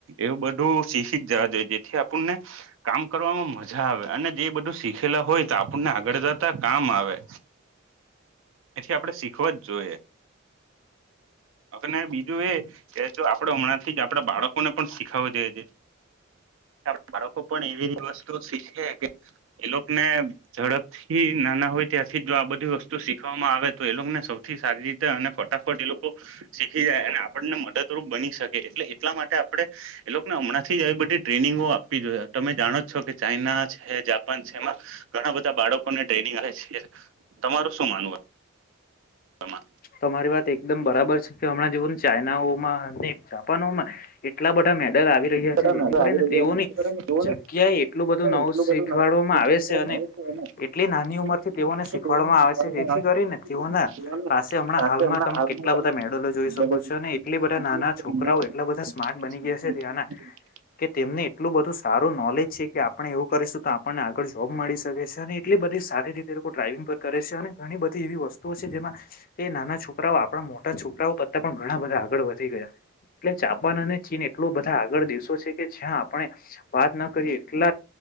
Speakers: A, on the right; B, on the left.
A: એવું બધુ શીખી જ જવા જોઈએ, જેથી આપણને કામ કરવામાં મજા આવે અને જે બધું શીખેલા હોય. આપણને આગળ જતા, કામ આવે એથી આપણે શીખવા જ જોએ. અને બીજુ, એ કે જો આપડે હમણાંથી જ આપડા બાળકોને પણ શીખાવુ જોએ <inaudible> આપ <inaudible> બાળકો પણ એવી વસ્તુ શીખે કે એ લોકને ઝડપથી નાના હોય, ત્યાંરથી જ જો આ બધી વસ્તુ શીખવામાં આવે તો એ લોકોને સૌથી સારી અને ફટાફટ એલોકો શીખી, જાય અને આપણને મદદરૂપ બની શકે એટલે એટલા માટે આપણે એ લોકને હમણા આજથી જ એવી બધી ટ્રેનિંગો આપવી જોએ તમે જાણો છો, કે ચાઈના છે જાપાન છે, એમાં ઘણાં બધા બાળકોને ટ્રેનિંગ આવે છે. તમારુ શું માનવું એ તમા
B: તમારી વાત એકદમ બરાબર છે, કે હમણાં જેઓ ને ચાાઈનાઓમાં ને જાપાનોમા એટલા બધા મેડલ આવી રહ્યા
A: બધા
B: છે, જેથી
A: નવા
B: કરીને
A: આવી રહ્યા
B: તેઓની
A: જેથી કરીને તેઓને
B: જગ્યાએ એટલું બધું નવું
A: એટલું
B: શી
A: બધું
B: શીખવાડવામા
A: નવું
B: આવેશે, અને એટલી નાની
A: હા
B: ઉંમરથી
A: સાચી
B: તેઓને શીખવાડવામા આવેશે જેથી કરીને તેઓના પાસે હમણા, હાલમા તમે કેટલા બધાં મેડલો જોઈ શકો છો. અને એટલી બધાં નાના છોકરાઓ એટલા બધા સ્માર્ટ બની ગયા હશે, તેઓના કે તેમને એટલું બધું સારુ નોલેજ છે. કે આપણે એવું કરીશું તો આપણને આગળ જોબ મળી શકે છે, અને એટલી બધી સારી, રીતે એલોકો્ર વીંગ પણ કરે છે. અને ઘણી બધી એવી વસ્તુઓ છે, જેમાં એ નાના છોકરાઓ આપણા મોટા છોકરાઓ કરતા પણ ઘણા બધા આગળ વધી ગયા એટલે જાપાન, અને ચીન એટલો બધા આગળ દેશો છે. કે જ્યા આપણે, વાત ના કરીએ એટલા